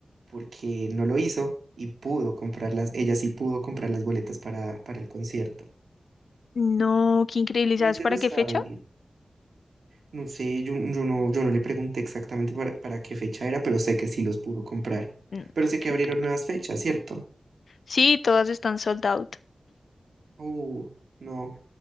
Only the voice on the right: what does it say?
porque no lo hizo y pudo comprarlas, ella sí pudo comprar las boletas para, para el concierto.
Me
hubiese
gustado
ir. No sé, yo, yo no, yo no le pregunté exactamente para, para qué fecha era, pero sé que sí los pudo comprar.
Pero sé
que abrieron
nuevas fechas, ¿cierto?
Uh, no,